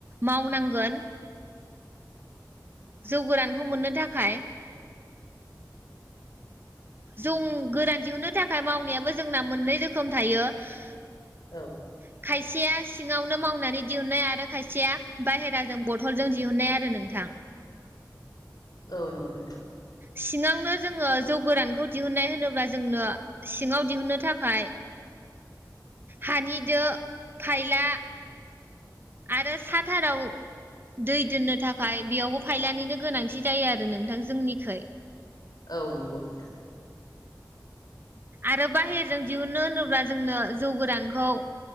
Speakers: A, on the right (about 30°); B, on the left (about 65°).
A: मावनांगोन जौ गोरानखौ मोननो थाखाय <inaudible> जौ गोरान दिहुनो थाखाय मावनायाबो जोंना मोननै रोखोम थायो खायस
B: औ
A: खायसेया सिङावनो मावनानै दिहुनाय आरो खायसेया बाहेराजों बथलजों दिहुनाय आरो नों थां
B: औ नंगौ नोंथां
A: सिङावनो जोङो जौ गोरानखौ दिहुनन्नाय होनोब्ला जोंनो सिङाव दिहुनो थाखाय हानिदो फायला आरो साथाराव दै दोननो थाखाय बेयावबो फायलानिनो गोनांथि जायो आरो नोंथां जोंनिखै
B: औ नंगौ नोंथां
A: आरो बाहेरजों दिहुनो होनोब्ला जोंनो जौ गोरानखौ